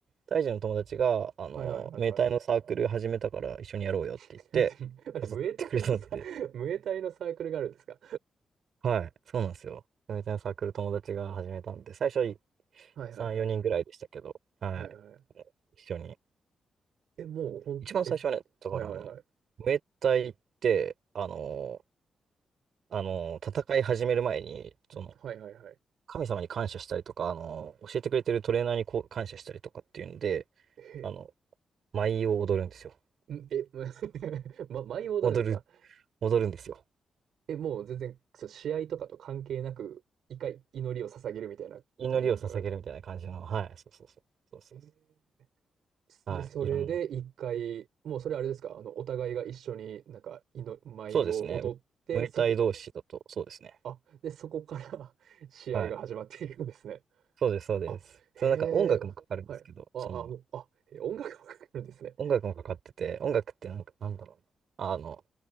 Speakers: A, on the right (about 60°); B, on the right (about 80°).
A: タイ人の友達が、あの、
B: はいはいはいはい。
A: 明太のサークル始めたから一緒にやろうよって言って、
B: <laughs> だって、だって、
A: 誘ってくれたんで。
B: ムエタイのさ、ムエタイのサークルがあるんですか
A: はい、そうなんですよ。明太のサークル友達が始めたんで、最初は
B: はいはいはい。
A: 3、4人ぐらいでしたけど、はい、
B: はいはいはい。
A: 一緒に。
B: え、もうほん、
A: 一番最初はね、
B: え、
A: だからあの、
B: はいはいはい。
A: 明太って、あの、あの、戦い始める前に、
B: はいはいはい。
A: その、神様に感謝したりとか、あの、教えてくれてるトレーナーにこう感謝したりとかっていうんで、
B: へ
A: あの、舞を踊るんですよ。
B: え。んえ、<laughs> ま、舞い戻るんですか
A: 踊る、踊るんですよ。
B: え、もう全然、そう、試合とかと関係なく、一回祈りを捧げるみたいなタイミングがあるってこ
A: 祈りを捧げるみたいな感じの、はい、そうそうそう。そうそうそ
B: と。へえ
A: う。
B: で、
A: はい、
B: それで一回、
A: いろんな。
B: もうそれあれですかあの、お互いが一緒になんか、祈舞を踊って、
A: そうですね。ムエタイ同士だと、
B: そこ、
A: そうですね。
B: あ、で、そこから <laughs> 試合が始まっているんですね。
A: はい。そうです、そうです。
B: あ、へえ、
A: そのなんか音楽もかかるんですけど、
B: はい。あ、
A: その、
B: あ、もう、あ、え音楽わかるんですね。
A: 音楽もかかってて、音楽ってなんか、なんだろうな。あの、